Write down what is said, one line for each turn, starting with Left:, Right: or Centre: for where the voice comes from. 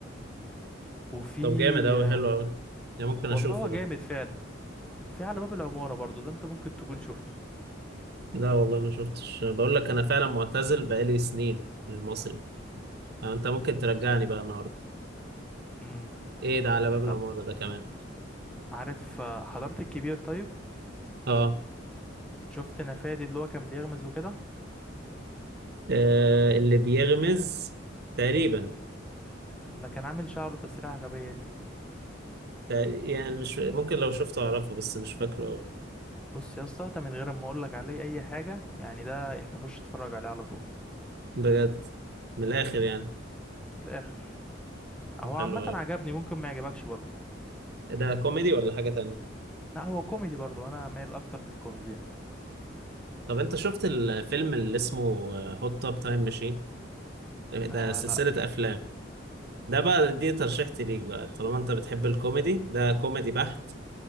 Centre: وفي
Right: طب جامد أوي
Centre: آه
Right: حلو أوي يعني ممكن
Centre: والله
Right: أشوفه
Centre: هو
Right: ده
Centre: جامد فعلا وفي على باب العمارة برضو ده انت ممكن تكون شفته
Right: لا والله ما شفتش بقول لك أنا فعلا معتزل بقالي سنين المصري آه، أنت ممكن ترجعني بقى النهاردة
Centre: امم
Right: إيه ده على باب العمارة
Centre: طب
Right: ده كمان
Centre: عارف آه، حضرت الكبير طيب
Right: آه
Centre: شفت نفادي اللي هو كان بيغمز وكده
Right: آه، اللي بيغمز تقريبا
Centre: اللي كان عامل شعره تسريحة غبية دي
Right: تق- يعني مش ممكن لو شفته أعرفه بس مش فاكره أوي
Centre: بص يا اسطى ده من غير ما اقول لك عليه اي حاجه يعني ده انت خش اتفرج عليه على طول
Right: بجد من الآخر
Centre: امم
Right: يعني
Centre: في الاخر
Right: طب
Centre: هو
Right: حلو
Centre: عامه
Right: أوي
Centre: عجبني ممكن ما يعجبكش برضه
Right: ده كوميدي ولا حاجة تانية
Centre: لا هو كوميدي برضه انا مايل اكتر للكوميديا
Right: طب أنت شفت الفيلم اللي اسمه هوت توب تايم ماشين ده
Centre: آه
Right: سلسلة
Centre: لا
Right: أفلام ده بقى دي ترشيحتي ليك بقى طالما انت بتحب الكوميدي ده كوميدي بحت